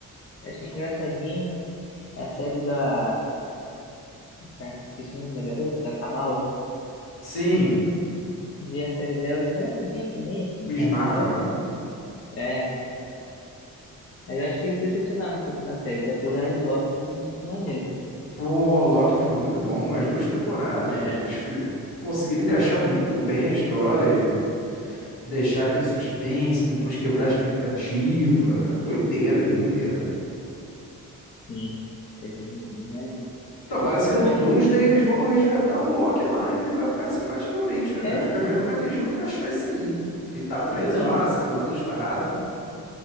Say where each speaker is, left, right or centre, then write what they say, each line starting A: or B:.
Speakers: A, on the left; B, on the left.
A: achei engraçadinho. A série da, cara, esqueci o nome da garota, da Kamala.
B: Sim,
A: vi a série dela, engraçadinha também, assim,
B: Miss
A: sabe,
B: Marvel,
A: e tal.
B: né?
A: É, mas acho que eles decepcionaram um pouco na série, apesar de Loki ter sido muito maneiro.
B: Pô, Loki foi muito bom, as duas temporadas,
A: É,
B: cara. Eles fi- conseguiram encaixar muito bem a história e deixar aquele suspense, depois quebrar a expectativa. Doideira,
A: uhum,
B: doideira.
A: sim, é bem, bem maneiro.
B: Então, parece que
A: Pô,
B: no
A: mas,
B: Doomsday eles vão resgatar o Loki lá e ele vai participar ativamente, né, cara?
A: é,
B: Quero ver como é que eles vão encaixar isso aí. Porque ele tá preso
A: então,
B: lá, segurando as paradas, né?